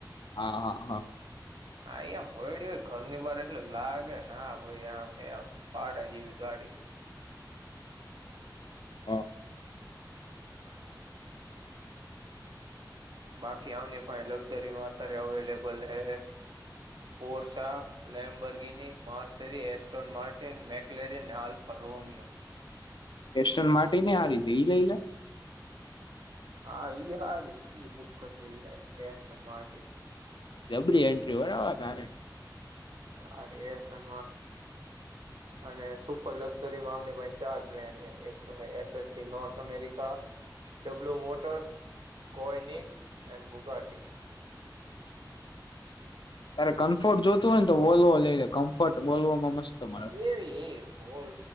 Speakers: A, on the left; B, on the right.
A: હા હા હા
B: હા, અ પડી હોય ઘરની બાર એટલે લાગેને ભાઈ આમમ પાડા જેવી ગાડી.
A: હ.
B: બાકી આમની પા લક્ઝરીમાં અત્યારે અવેલેબલ હ Porsche, Lamborghini, Maserati, Aston, Martin, McLaren, Alfa, Romeo.
A: કેસ્ટન માટે ને આ રીતે ઈ લઈ લે.
B: હા ઈ હારી ઈ બુક કરી. દેવી હ એરસ્ટલ માટે
A: ડબલી એન્ટ્રી બરાબર તારે
B: આ એસ્ટર્ અને સુપર લક્ઝરી મા ચાર બ્રેન્ડ એક તો એસ સ C, North America, W motors, કોનિક્સ એ બુગાટી.
A: ત્યારે કમ્ફર્ટ જોતું હોય ને તો બોલવો લઈ લે કમ્ફર્ટ બોલવામાં મસ્ત. મળે
B: એવી એ બોલ